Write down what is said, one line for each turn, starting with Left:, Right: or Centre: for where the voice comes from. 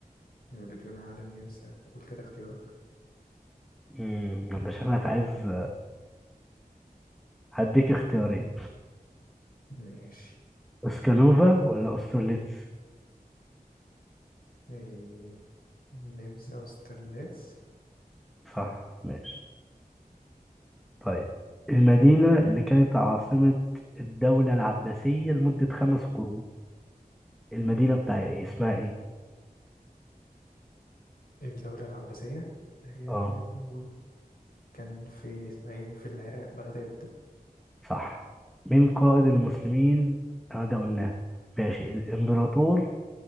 Left: بتبنى على النمسا قول كده اختيارات
Centre: امم انت شكلك عايز هديك اختيارين
Left: ماشي
Centre: اسكانوفا ولا أسترليتس
Left: إيه النمسا وسترليتس
Centre: صح ماشي طيب المدينة اللي كانت عاصمة الدولة العباسية لمدة خمس قرون المدينة بتاع إيه؟ اسمها ايه؟
Left: الدولة العباسية اللي هي
Centre: اه
Left: كانت موجودة كان في اسمها ايه في العراق بغداد
Centre: صح مين قائد المسلمين؟ اه ده قلناه ماشي الإمبراطور